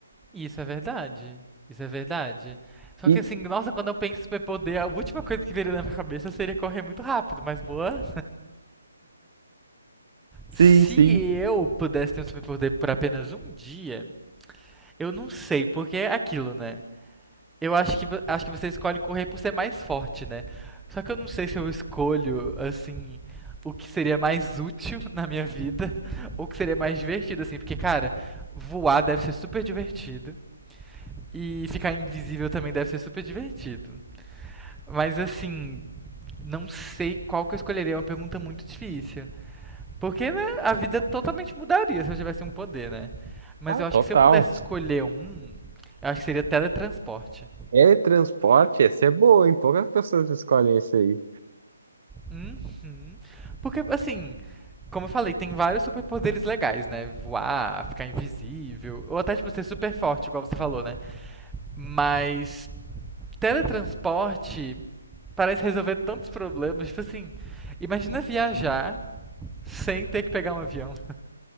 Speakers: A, in the centre; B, on the right.
A: Isso é verdade. Isso é verdade. Só
B: E
A: que assim, nossa, quando eu penso em superpoder, a última coisa que viria na minha cabeça seria correr muito rápido, mas boa.
B: sim,
A: Se
B: sim.
A: eu pudesse ter um superpoder por apenas um dia, Eu não sei, porque é aquilo, né? Eu acho que, vo- acho que você escolhe correr por ser mais forte, né? Só que eu não sei se eu escolho, assim, o que seria mais útil <laughs> na minha vida, <laughs> ou o que seria mais divertido, assim. Porque, cara, voar deve ser super divertido, e ficar invisível também deve ser super divertido. Mas, assim, não sei qual que eu escolheria, é uma pergunta muito difícil. Porque, né, a vida totalmente mudaria se eu tivesse um poder, né? Mas
B: Ah,
A: eu
B: total.
A: acho que se eu pudesse escolher um, eu acho que seria teletransporte.
B: É transporte, essa é boa, hein? Poucas pessoas escolhem esse aí.
A: Uhum. Porque, assim, como eu falei, tem vários superpoderes legais, né? Voar, ficar invisível, ou até, tipo, ser super forte, igual você falou, né? Mas teletransporte parece resolver tantos problemas. Tipo assim, imagina viajar sem ter que pegar um avião.